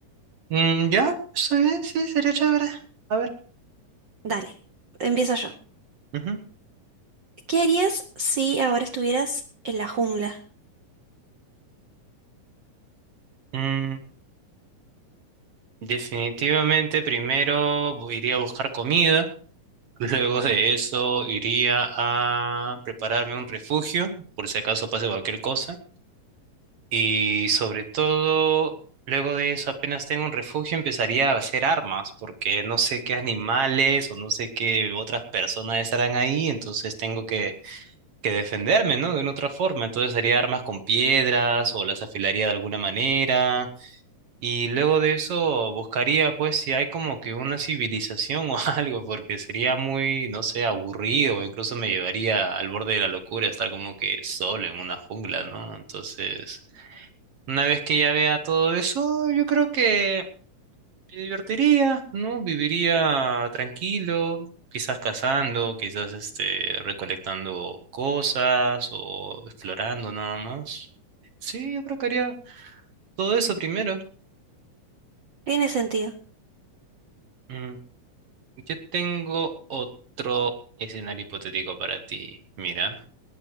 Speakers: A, on the right; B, on the right.
A: Mm, ya, está bien, sí, sería chévere. A ver.
B: Dale, empiezo yo.
A: Ujú.
B: ¿Qué harías si ahora estuvieras en la jungla?
A: Mm, definitivamente, primero bu- iría a buscar comida. <laughs> Luego de eso, iría a prepararme un refugio, por si acaso pase cualquier cosa. Y sobre todo, luego de eso, apenas tengo un refugio, empezaría a hacer armas, porque no sé qué animales o no sé qué otras personas estarán ahí, entonces tengo que que defenderme, ¿no? De una otra forma. Entonces haría armas con piedras o las afilaría de alguna manera. Y luego de eso buscaría, pues, si hay como que una civilización o <laughs> algo, porque sería muy, no sé, aburrido. Incluso me llevaría al borde de la locura estar como que solo en una jungla, ¿no? Entonces, una vez que ya vea todo eso, yo creo que me divertiría, ¿no? Viviría tranquilo, quizás cazando, quizás este, recolectando cosas o explorando nada más. Sí, yo creo que haría todo eso primero.
B: Tiene sentido.
A: Mm, Yo tengo otro escenario hipotético para ti. Mira,